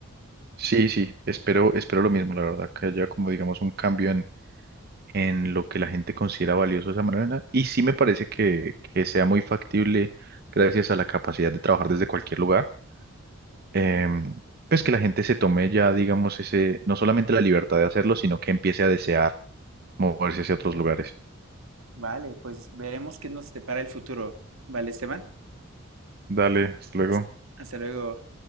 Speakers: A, on the right; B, on the right.
A: Sí, sí, espero, espero lo mismo, la verdad, que haya como digamos un cambio en, en lo que la gente considera valioso de esa manera y sí me parece que, que sea muy factible gracias a la capacidad de trabajar desde cualquier lugar. Em, pues que la gente se tome ya, digamos, ese, no solamente la libertad de hacerlo, sino que empiece a desear moverse hacia otros lugares.
B: Vale, pues veremos qué nos depara el futuro. Vale, Esteban.
A: Dale, hasta luego.
B: Hasta, hasta luego.